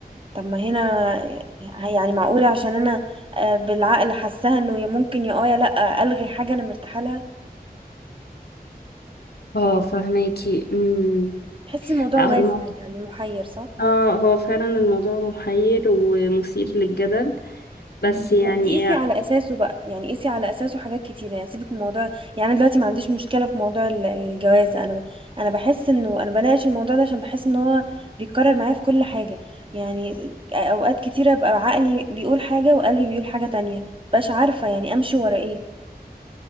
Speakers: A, on the right; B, on the left.
A: طب ما هنا يعني يعني معقولة عشان انا آه، بالعقل حاساها انه يا ممكن يا اه يا لا الغي حاجة انا مرتاحة لها
B: اه فاهماكي امم
A: تحس الموضوع
B: لا
A: واسع
B: هو الموضوع
A: يعني محير صح
B: اه هو فعلا الموضوع محير ومثير للجدل بس يعني
A: و- وقيسي على اساسه بقى يعني قيسي على اساسه حاجات كتيرة يعني سيبك من موضوع يعني أنا دلوقتي ما عنديش مشكلة في موضوع ال- الجواز انا ب... انا بحس انه انا بناقش الموضوع ده عشان بحس ان هو بيتكرر معايا في كل حاجة يعني اوقات كتيرة بقى عقلي بيقول حاجة وقلبي بيقول حاجة تانية مبقاش عارفة يعني امشي ورا ايه